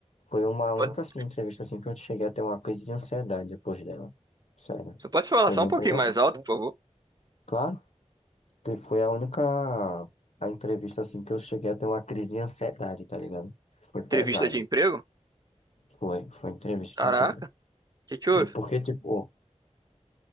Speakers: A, on the left; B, on the right.
A: foi uma única,
B: Pode-
A: assim, entrevista, assim, que eu cheguei a ter uma crise de ansiedade depois dela. Sério.
B: Você pode falar
A: Foi
B: só
A: bem
B: um pouquinho
A: pesado.
B: mais alto, por favor?
A: Claro, te- foi a única, a entrevista, assim, que eu cheguei a ter uma crise de ansiedade, tá ligado? Foi pesado.
B: Entrevista de emprego?
A: Foi, foi entrevista
B: Caraca,
A: de emprego.
B: o que que houve?
A: E porque, tipo,